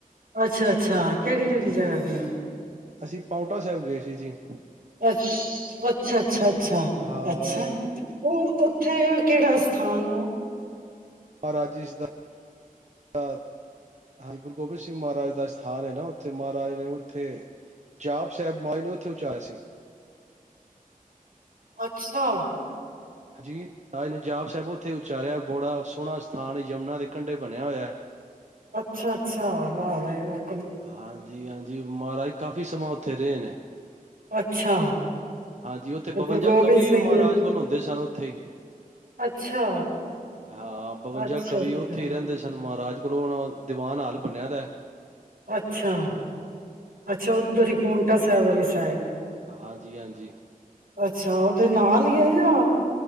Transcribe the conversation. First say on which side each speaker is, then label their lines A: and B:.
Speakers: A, on the right; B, on the right.
A: ਅੱਛਾ-ਅੱਛਾ। ਕਿਹੜੀ ਕਿਹੜੀ ਜਗ੍ਹਾ ਗਏ ੳ?
B: ਅਸੀਂ ਪਾਊਂਟਾ ਸਾਹਿਬ ਗਏ ਸੀ ਜੀ।
A: ਅੱਛ ਅੱਛਾ- ਅੱਛਾ। ਅੱਛਾ,
B: ਹਾਂ
A: ਅੱਛਾ। ਉਹ ਉੱਥੇ ਕਿਹੜਾ ਸਥਾਨ ਆ?
B: ਮਹਾਰਾਜ ਜ ਦਾ ਹ ਹਾਂਜੀ, ਗੁਰੂ ਗੋਬਿੰਦ ਸਿੰਘ ਮਹਾਰਾਜ ਦਾ, ਗ ਗੁਰੂ ਗੋਬਿੰਦ ਸਿੰਘ ਮਹਾਰਾਜ ਦਾ ਸਥਾਨ ਹੈ ਨਾ ਉੱਥੇ। ਮਹਾਰਾਜ ਨੇ ਉੱਥੇ ਜਾਪ ਸਾਹਿਬ ਮਾਜ ਉੱਥੇ ਉਚਾਰੇ ਸੀ।
A: ਅੱਛਾ
B: ਹਾਂਜੀ, ਮਹਾਰਾਜ ਨੇ ਜਾਪ ਸਾਹਿਬ ਉੱਥੇ ਉਚਾਰਿਆ। ਬੜਾ ਸੋਹਣਾ ਸਥਾਨ ਹੈ, ਯਮੁਨਾ ਦੇ ਕੰਢੇ ਬਣਿਆ ਹੋਇਆ।
A: ਅੱਛਾ-ਅੱਛਾ। ਵਾਹ-ਬਈ-ਵਾਹ।
B: ਹਾਂਜੀ-ਹਾਂਜੀ। ਮਹਾਰਾਜ ਕਾਫ਼ੀ ਸਮਾਂ ਉੱਥੇ ਰਹੇ ਨੇ।
A: ਅੱਛਾ
B: ਹਾਂਜੀ, ਉੱਥੇ ਬਵੰਜਾ
A: ਗੁਰੂ ਗੋਬਿੰਦ
B: ਕਵੀ ਵੀ
A: ਸਿੰਘ
B: ਮਹਾਰਾਜ
A: ਜੀ
B: ਵਲ ਹੁੰਦੇ ਸਨ ਉੱਥੇ ਹੀ।
A: ਅੱਛਾ
B: ਹਾਂ ਬਵੰਜਾ
A: ਅੱਛਾ
B: ਕਵੀ
A: ਅੱਛਾ
B: ਉਥੇ ਹੀ ਰਹਿੰਦੇ ਸਨ। ਮਹਾਰਾਜ ਕੋਲੋ ਹੁਣ, ਦੀਵਾਨ ਹਾਲ ਬੰਨਿਆ ਵਿਆ।
A: ਅੱਛਾ, ਅੱਛਾ ਉਧਰ ਹੀ, ਪਾਉਂਟਾ ਸਾਹਿਬ ਵਾਲੀ ਸਾਈਡ।
B: ਹਾਂਜੀ-ਹਾਂਜੀ।
A: ਅੱਛਾ, ਉਹਦੇ ਨਾਲ ਹੀ ਹੈ ਨਾ।